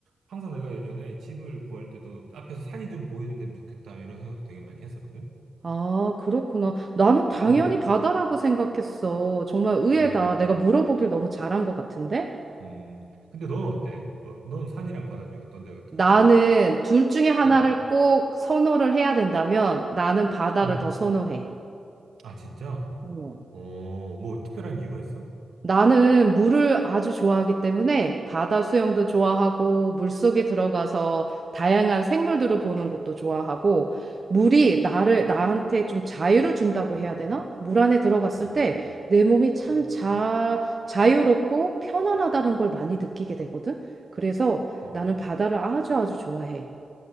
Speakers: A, on the right; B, on the right.
A: 항상 내가 예전에 집을 구할 때도 앞에서 산이 좀 보이는 데면 좋겠다 이런 생각도 되게 많이 했었거든.
B: 아, 그렇구나. 나는 당연히
A: 음,
B: 바다라고 생각했어. 정말 의외다.
A: 음.
B: 내가 물어보길 너무 잘한 것 같은데?
A: 음, 근데 넌 어때? 어, 넌 산이랑 바다 중에 어떤 데가 더
B: 나는
A: 좋아?
B: 둘 중에 하나를
A: 음,
B: 꼭 선호를 해야 된다면 나는 바다를
A: 음.
B: 더 선호해.
A: 아, 진짜?
B: 어.
A: 어, 뭐 특별한 이유가 있어?
B: 나는 물을 아주 좋아하기 때문에 바다 수영도 좋아하고 물속에 들어가서 다양한 생물들을 보는 것도 좋아하고 물이 나를 나한테 좀 자유를 준다고 해야 되나? 물 안에 들어갔을
A: 음,
B: 때 내 몸이 참 자, 자유롭고 편안하다는 걸 많이 느끼게 되거든. 그래서
A: 어,
B: 나는 바다를 아주 아주 좋아해.